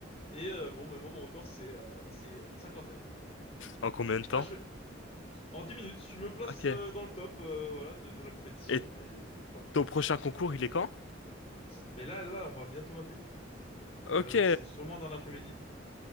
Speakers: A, on the left (about 35°); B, on the left (about 75°).
A: Et euh, bon, mais moi, mon record, c'est euh, c'est une cinquantaine.
B: En combien de temps?
A: Ah, je, en 10 minutes, je me place
B: Ok.
A: euh, dans le top euh, voilà, de, de la compétition.
B: Et
A: Et c'est pas mal.
B: ton prochain concours, il est quand?
A: Mais là, là, on va bientôt m'appeler.
B: Ok.
A: Euh, c'est sûrement dans l'après-midi.